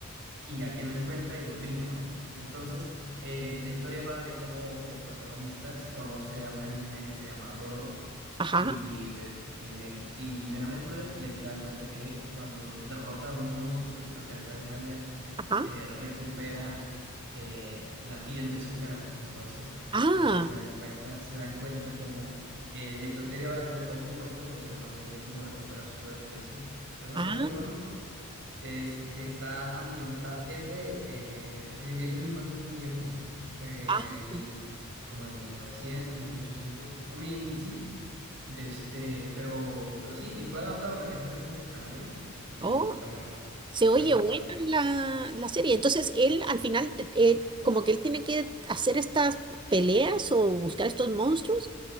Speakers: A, on the right; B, on the right.
A: y alguien lo encuentra y lo cría, ¿no? Entonces, eh, la historia va de cómo el protagonista conoce a una niña que se llama Dororo
B: ajá,
A: y, des- eh, y viven aventuras y él se da cuenta que cuando derrota a un monstruo que está cerca de una aldea,
B: ajá.
A: eh, recupera eh, la piel de su cara. Entonces
B: Ah,
A: eh, se dan cuenta, se dan cuenta como eh, la serie va de todo como este proceso, ¿no? De, de cómo recupera su cuerpo y así. Es bastante
B: ah,
A: bueno. Es, está ambientada. Este, eh, este viene de un manga muy viejo, eh,
B: ah.
A: mil, como de 1900, 1800, o mil, sí. De este, pero, pero sí, y fue adaptado recientemente al anime y,
B: Oh,
A: y está bueno.
B: se oye
A: Recomendado.
B: buena la, la serie. Entonces, él al final, te- él, como que él tiene que hacer estas peleas o buscar estos monstruos